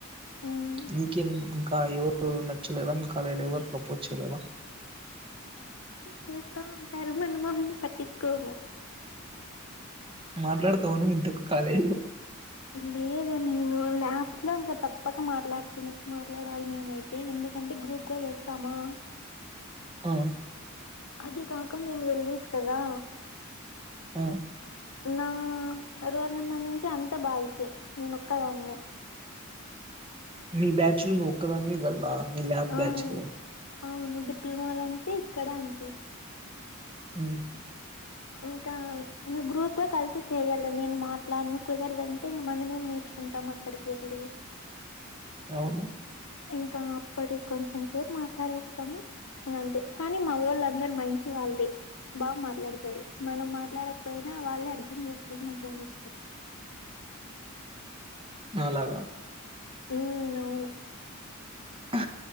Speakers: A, on the left (about 80°); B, on the right (about 25°).
A: హ్మ్
B: యూకే ఎవరు నచ్చలేదా మీ కాలేజిల ఎవరు ప్రపోజ్ చేయలేదా
A: చేస్తా ఉంటారు మన మొహన్నీ పట్టించుకోము
B: మాట్లాడతవ నువ్వు ఇంతకు కాలేజీలో
A: లేదు నేను లాబ్స్ లో ఇంకా తప్పక మాట్లాడిసింది మాట్లాడాలి మేమైతే ఎందుకంటే గ్రూప్గా చేస్తామా
B: ఆ
A: అదే కాక మేము ఎల్ఈస్ కదా
B: అ
A: నా రోల్ నెంబర్ నుంచి అంత బాయిసే నేను ఒక్కదాన్నే
B: మీ బ్యాచ్ లో నువ్వొక్కదానివే గర్లా మీ ల్యాబ్
A: ఆ
B: బ్యాచ్ లో
A: అవును డిప్లొమాల అంతే ఇక్కడ అంతే
B: అ
A: ఇంకా ఇంగ గ్రూప్గా కలిసి చెయ్యాలి నేను మాట్లాడను కుదరదంటే ఇంకా మనమేం నే ర్చుకుంటాం అక్కడికి వెళ్ళి
B: అవును
A: ఇంకా అప్పటికి కొంచెం సేపు మాట్లాడేస్తాము అంతే కానీ మావాళ్ళందర మంచివాళ్ళే బాగా మాట్లాడతారు మనం మాట్లాడకపోయినా వాళ్ళే అర్థం చేసుకొని మాట్లాడేస్తరు
B: అలాగా
A: ఉ అవును
B: ఆ